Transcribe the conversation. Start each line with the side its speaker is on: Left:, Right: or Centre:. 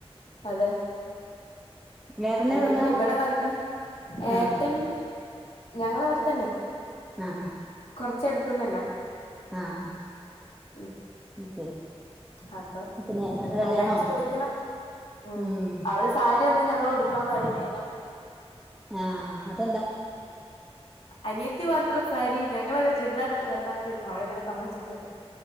Left: അതെ
Centre: ഏട്ടന്
Left: അല്ലേ
Centre: എവിടുന്നാ
Left: പിന്നെ ഇവിടെ വന്ന് ഏറ്റൻ
Centre: ആഹ്
Left: ഞങ്ങള അവിടെത്തന്നെ
Centre: ആഹ
Left: കൊറച്ചടുത്തന്ന് തന്നാ
Centre: ആഹ
Left: ഉം
Centre: അ ശരി
Left: അപ്പം
Centre: അപ്പൊ ഏട്ടന്റെ കല്യാണോ
Left: അതടച്ച്ു പൊളിക്കണം ഉ
Centre: ഉം
Left: അവള് സാരി യ ഒന്നും ഞങ്ങൾ കൊടുക്കാൻ പാടില്ലന്നാ പറഞ്ഞേ
Centre: ആഹ അത
Left: അന റ്റു മാത്രം സാരി ഞങ്ങളക്കെുതാനട്ട് വാൽ മതിന്ന് അവളങ്ങനെ തമാശക്കക്ക് പറയും